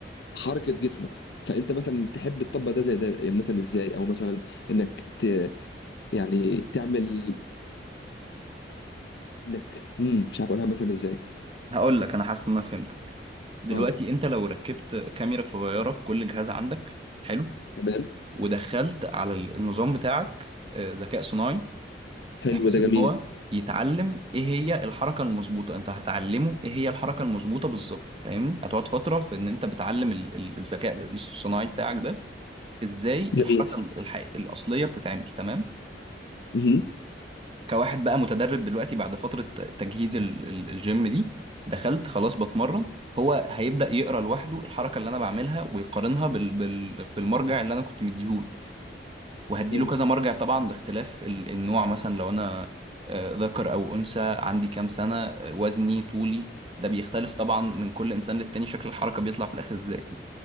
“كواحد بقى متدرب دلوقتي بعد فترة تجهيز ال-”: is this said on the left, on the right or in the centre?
Right